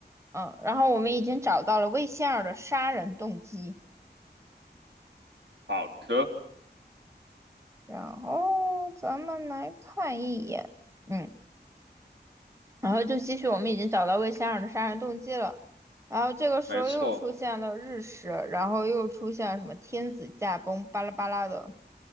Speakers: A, on the right; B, on the right.
A: 嗯，然后我们已经找到了微信二的杀人动机，
B: 好的，
A: 然后咱们来看一眼，嗯，然后就继续我们已经找到微仙儿的杀人动机了，然后这个时候又出现了日食，
B: 没错，
A: 然后又出现了什么天子驾崩，巴拉巴拉的。